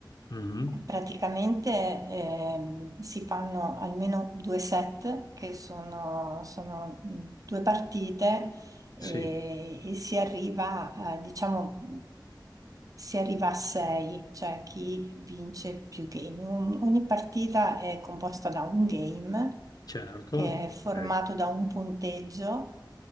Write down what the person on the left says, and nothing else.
Mhm.
Sì,
certo.
Ok.